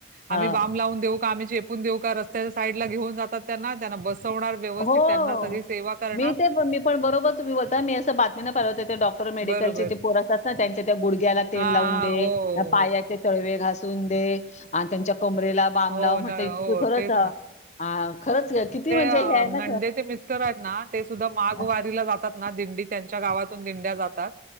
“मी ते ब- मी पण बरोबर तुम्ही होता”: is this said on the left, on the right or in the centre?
Left